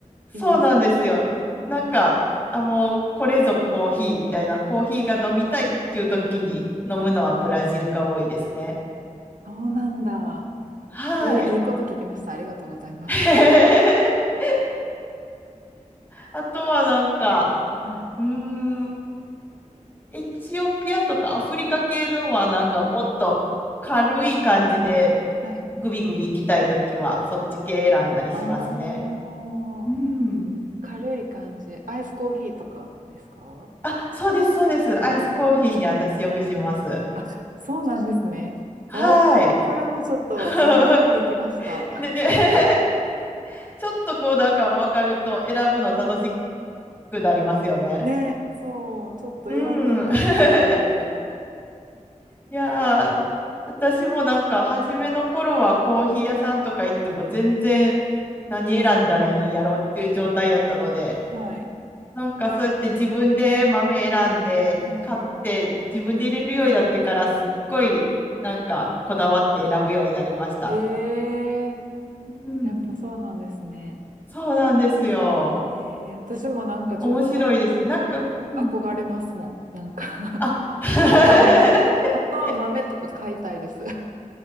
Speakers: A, on the left; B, on the right.
A: そうなんですよ。
B: いいです。うん。
A: なんか、あ、もうこれぞコーヒーみたいな、コーヒーが飲みたいっていう時に飲むのはブラジルが多いですね。
B: はい。そうなんだ。
A: はい。
B: えーいいこと聞きました。ありがとうございます。
A: <laughs> あとはなんか、
B: <laughs> うん。
A: うーん、エチオピアとかアフリカ系のはなんかもっと軽い感じで
B: はい。
A: グビグビ行きたい時はそっち系選んだりしますね。
B: ああ、
A: うん。
B: 軽い感じ。アイスコーヒーとかですか
A: あ、そうです、そうです。
B: あ、
A: アイスコーヒーに私よくします。
B: あ、そうなんですね。
A: はい。
B: おー、それもちょっといいこと聞きました。
A: <laughs> ね、<laughs> ちょっとこうなんか分かると選ぶの楽しくなりますよね。
B: ね、そう、ちょっと選んでみたかったんで、
A: うん。<laughs> いやー、私もなんか初めの頃はコーヒー屋さんとか行っても全然何選んだらいいんやろっていう状態やったので、
B: はい。
A: なんかそうやって自分で豆選んで買って自分で入れるようになってからすっごいなんかこだわって選ぶようになりました。
B: うんうん。はい。ええ
A: うん、
B: ー、やっぱそうなんですね。
A: そうなんですよ。
B: ええー、私もなんかちょっと
A: 面白いです。なんか、うん
B: 憧れますもん。なんか
A: あ
B: <laughs>
A: <laughs>、
B: 豆か、本当は豆とか買いたいです。
A: え